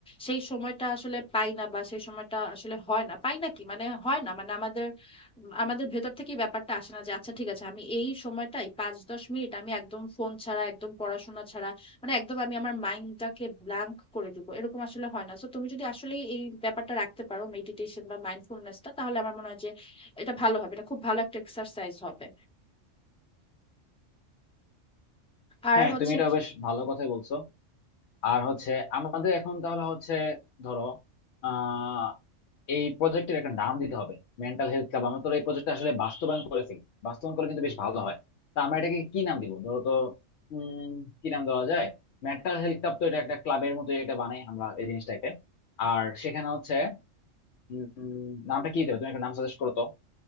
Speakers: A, in the centre; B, on the left.
A: সেই সময়টা আসলে পাই না বা সেই সময়টা আসলে হয় না পাই না কি মানে হয় না মানে আমাদের আমাদের ভেতর থেকে এই ব্যাপারটা আসে না যে আচ্ছা ঠিক আছে আমি এই সময়টাই পাঁচ দশ মিনিট আমি একদম ফোন ছাড়া একদম পড়াশোনা ছাড়া মানে একদম আমি আমার মাইন্ডটাকে ব্ল্যাঙ্ক করে দিব এরকম আসলে হয় না তো তুমি যদি আসলে এই ব্যাপারটা রাখতে পারো মেডিটেশন বা মাইন্ডফুলনেসটা তাহলে আমার মনে হয় যে এটা ভালো হবে এটা খুব ভালো একটা এক্সারসাইজ হবে আর
B: হ্যাঁ
A: হচ্ছে
B: তুমি এটা বেশ ভালো কথাই বলছো আর হচ্ছে আমাদের এখন তাহলে হচ্ছে ধরো আহ এই প্রজেক্টের একটা নাম দিতে হবে মেন্টাল হেলথ ক্লাব আমরা তো এই প্রজেক্টটা আসলে বাস্তবায়ন করেছি বাস্তবায়ন করলে কিন্তু বেশ ভালো হয় তা আমরা এটাকে কি নাম দিব ধরো তো উম কি নাম দেওয়া যায় মেন্টাল হেলথ ক্লাব তো এটা একটা ক্লাবের মতো এটা বানাই আমরা এই জিনিসটাকে আর সেখানে হচ্ছে উম, নামটা কি দেবে তুমি একটা নাম সাজেস্ট করো তো